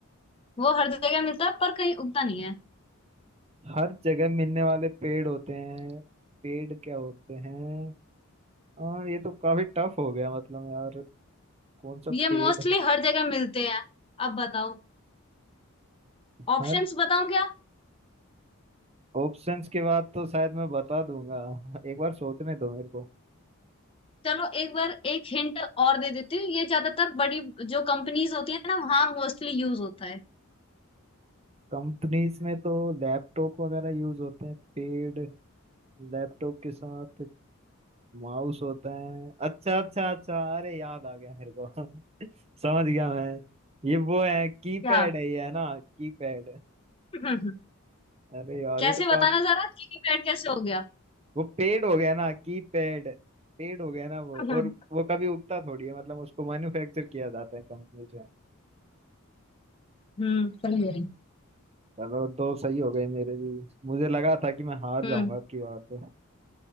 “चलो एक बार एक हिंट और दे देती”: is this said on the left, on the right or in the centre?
Left